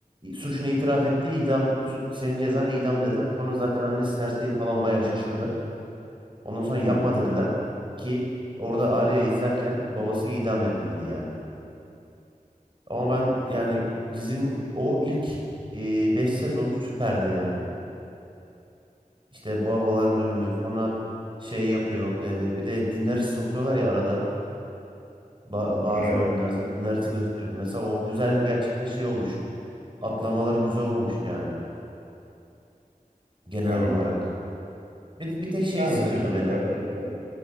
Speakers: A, on the right; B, on the right.
A: suçunu itiraf etti. idam su- senin cezan idam dedi. Sonra zaten annesi Cersei falan bayağı şaşırdı. Ondan sonra yapma
B: Hı,
A: dediler ki orada Arya izlerken babası idam edildi yani. Ama
B: Evet.
A: ben yani dizinin o ilk 5 sezonu süperdi yani. İşte babaların ölümü sonra şey yapıyor. e, bir de Daenerys sokuyorlar ya arada. Ba- bazı
B: Evet.
A: bölümler şey, dinlerse gösteriyordu. Mesela o güzel gerçekten şey olmuş. Atlamaları güzel olmuş yani genel
B: Aynen.
A: olarak. Bir, bir tek şey
B: Yani
A: sıkıyordu
B: ilk başlarda
A: beni.
B: öyle